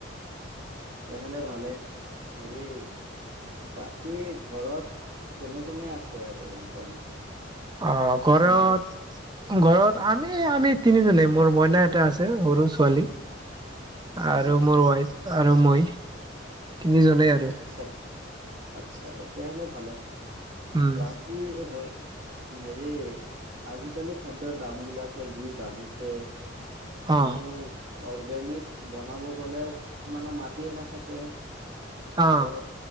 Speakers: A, on the right (about 80°); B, on the right (about 20°).
A: তেনেহলে ভালেই হেৰি বাকী ঘৰত কোনে কোনে আছে আৰু এনেকুৱা
B: অ ঘৰত
A: ফেমিলিত
B: ঘৰত আমি আমি তিনিজনে মোৰ মইনা এটা আছে সৰু ছোৱালী আৰু
A: অ
B: মোৰ ৱাইফ আৰু মই তিনিজনেই
A: অ
B: আৰু
A: চব আচ্ছা তেতিয়াহলে ভালে
B: উম
A: বাকী হ হেৰি আজিকালি খাদ্যৰ দাম বিলাকৰ যি বাঢ়িছে
B: অ
A: মানুহ অৰ্গেনিক বনাব গ'লেও কিছুমানৰ মাটিয়ে নাথাকে
B: অ
A: আৰু